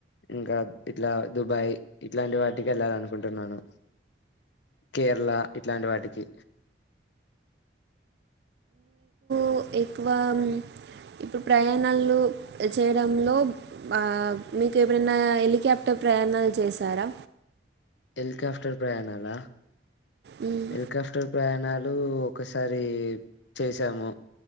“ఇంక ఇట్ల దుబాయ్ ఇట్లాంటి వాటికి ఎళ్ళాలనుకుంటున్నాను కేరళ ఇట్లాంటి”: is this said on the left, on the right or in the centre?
Left